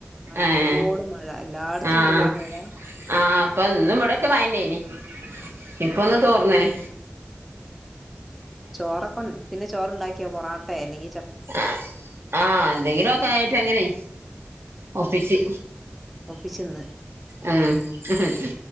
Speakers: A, in the centre; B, on the right.
A: മഴയോട്
B: ഏഹ്
A: മഴ എല്ലായിടത്തും
B: ആഹ്
A: ഉണ്ടല്ലെ ഈ മഴ
B: ആഹ് അപ്പൊ ഇന്നും ഇവിടൊക്കെ മയന്നെനി.
A: ആഹ്
B: ഇപ്പൊന്ന് തോർന്നേനെ
A: ആഹ് ചോറൊക്കെ പിന്നെ ചോറണ്ടാക്കിയാ പൊറോട്ട അല്ലെങ്കി
B: ആഹ് ആഹ് എന്തെങ്കിലുമൊക്കെ ആയിട്ട് ഇങ്ങനെ ഒപ്പിച്ച്
A: ഒപ്പിച്ചെന്ന്
B: ഉം ഉം ഉ